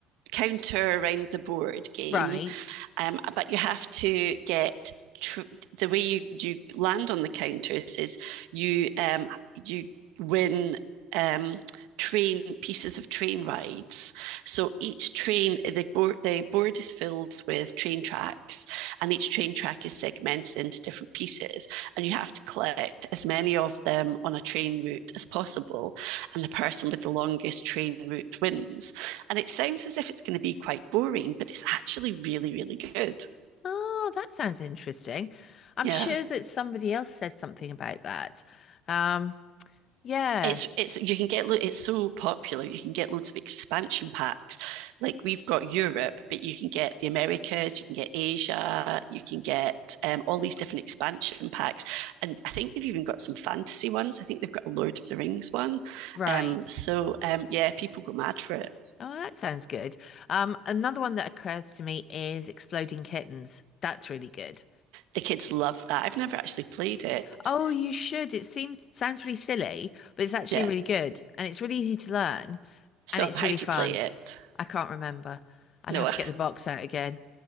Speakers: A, on the right (about 85°); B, on the left (about 40°).
A: counter around the board game
B: Right.
A: um, but you have to get tr- the way you, you land on the counters is you um, you win um, train pieces of train rides. So each train, the board, the board is filled with train tracks, and each train track is segmented into different pieces, and you have to collect as many of them on a train route as possible, and the person with the longest train route wins. And it sounds as if it's going to be quite boring, but it's actually really, really good.
B: Oh, that sounds interesting. I'm
A: Yeah.
B: sure that somebody else said something about that. Um, yeah,
A: It's, it's, you can get, it's so popular. You can get loads of expansion packs. Like we've got Europe, but you can get the Americas, you can get Asia, you can get um, all these different expansion packs. And I think they've even got some fantasy ones. I think they've got a Lord of the Rings one.
B: right.
A: Um, so, um, yeah, people go mad for it.
B: Oh, that sounds good. Um, another one that occurs to me is Exploding Kittens. That's really good.
A: The kids love that. I've never actually played it.
B: Oh, you should. It seems sounds really silly, but it's actually
A: Yeah.
B: really good, and it's really easy to learn,
A: So,
B: and it's
A: how
B: really
A: do
B: fun.
A: you play it?
B: I can't remember. I'd
A: No,
B: have to get the box out again.